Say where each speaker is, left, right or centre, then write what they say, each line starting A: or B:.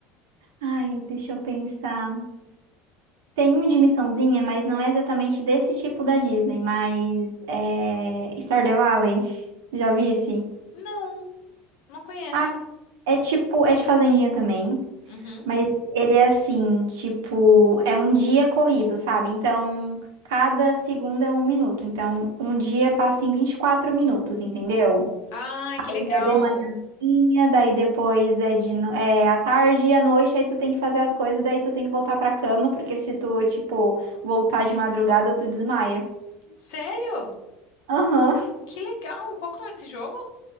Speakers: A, on the right; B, on the left.
A: Ai, deixa eu pensar. Tem um de missãozinha, mas não é exatamente desse tipo da Disney, mas é Stardew Valley. Já vi esse?
B: Não, não conheço.
A: Ah, é tipo, é de fazendinha também.
B: Uhum.
A: Mas ele é assim, tipo, é um dia corrido, sabe? Então, cada segundo é um minuto. Então, um dia passa em 24 minutos, entendeu?
B: Ah,
A: Aí
B: que legal.
A: é de manhãzinha, daí depois é de no- é à tarde e à noite, aí tu tem que fazer as coisas, daí tu tem que voltar pra cama, porque se tu, tipo, voltar de madrugada, tu desmaia.
B: Sério?
A: Aham.
B: Que legal. Qual que é o nome desse jogo?